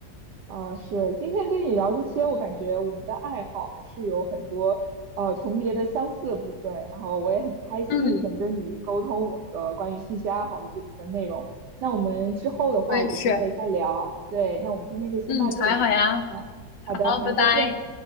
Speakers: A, on the right (about 70°); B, on the left (about 70°).
A: 啊、是。今天跟你聊这些，我感觉我们的爱好还是有很多呃重叠的相似的部分。然后我也很开心能跟你沟通我的关于兴趣爱好的这部分内容。
B: 嗯，
A: 那我们之后的话有机会再聊。
B: 我也是。
A: 对，那我们今天就先到这里。
B: 嗯，好呀好呀，
A: 啊，好的，
B: 好，
A: 那再见。
B: 拜拜。